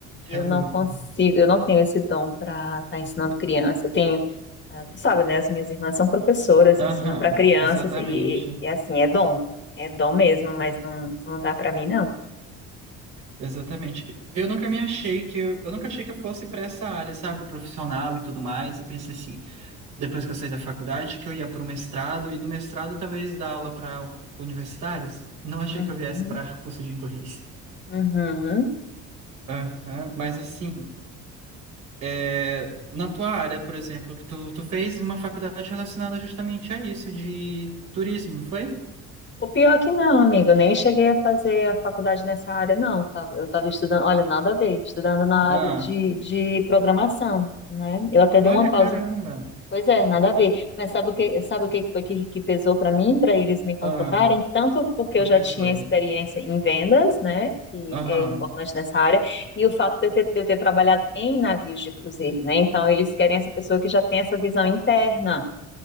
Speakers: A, on the left; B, on the right.
A: eu
B: é a
A: não
B: luta.
A: consigo, eu não tenho esse dom para estar ensinando criança. Eu tenho, ah, tu sabe, né? As minhas irmãs são professoras,
B: Aham,
A: ensinam para crianças
B: exatamente,
A: e, e, e, assim, é dom. É dom mesmo, mas não, não dá para mim, não.
B: exatamente. Eu nunca me achei que eu, eu nunca achei que eu fosse para essa área, sabe, profissional e tudo mais. Eu pensei assim, depois que eu saí da faculdade, que eu ia para o mestrado e do mestrado talvez dar aula para universitários. Não achei
A: Uhum,
B: que eu viesse para curso de inglês.
A: uhum.
B: Aham, mas assim, É, Na tua área, por exemplo, que tu, tu fez uma faculdade relacionada justamente a isso, de turismo, não foi?
A: O pior é que não, amigo, eu nem cheguei a fazer a faculdade nessa área, não. Tava- Eu estava estudando, olha, nada a ver, estudando na
B: Ah,
A: área de, de programação, né? Eu até
B: olha,
A: dei uma pausa.
B: caramba.
A: Pois é, nada a ver.
B: Ma-
A: Mas sabe o que, sabe o que foi que, que pesou para mim, para eles me contratarem?
B: Ah,
A: Tanto porque
B: o
A: eu
B: que
A: já tinha
B: foi?
A: experiência em vendas, né? Que
B: Aham.
A: é importante nessa área, e o fato de eu ter, de eu ter trabalhado em navios de cruzeiro, né? Então, eles querem essa pessoa que já tem essa visão interna.